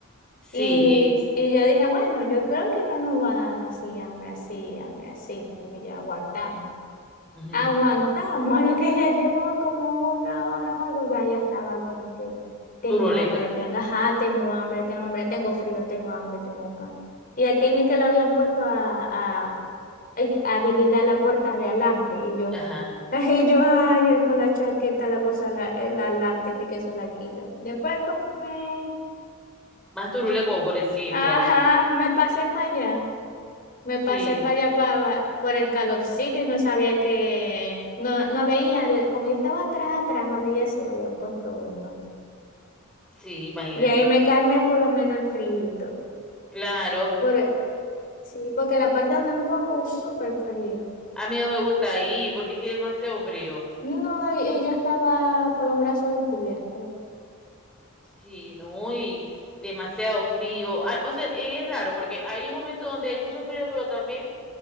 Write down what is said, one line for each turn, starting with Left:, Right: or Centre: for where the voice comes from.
Centre: Sí,
Left: Y, y yo dije, bueno, yo creo que no nos va a dar así, hambre, así, hambre, así. Dije yo, aguantamos.
Centre: ujú.
Left: Aguantamos, <laughs> a lo que ya llevaba como una hora o algo, ya, ya estaba como que tengo
Centre: Turuleca.
Left: hambre, tengo, ajá, tengo hambre, tengo hambre, tengo frío, tengo hambre, tengo pan. Y a Kenny que lo habían puesto a, a, ay, a vigilar la puerta de adelante. Y yo,
Centre: Ajá.
Left: <laughs> y yo, ay, él con la chaqueta, la cosa, la, el adelante, que se la quita. Después como me,
Centre: Más turuleco, pobrecito.
Left: ajá, me pasé para allá. Me pasé
Centre: Sí,
Left: para allá para, por el calorcito y no sabía que, no, no veía, de- como yo estaba atrás, atrás, no veía si había puesto o no.
Centre: sí, imagínate.
Left: Y ahí
Centre: no.
Left: me calmé por lo menos el frío.
Centre: Claro,
Left: Por, sí, porque la parte donde no pongo es súper frío.
Centre: a mí no me gusta ahí porque es que es demasiado frío.
Left: No, y, y yo estaba con los brazos descubiertos.
Centre: Sí, no, y demasiado frío. Ah, o sea, eh, es raro porque hay momentos donde hay mucho frío, pero también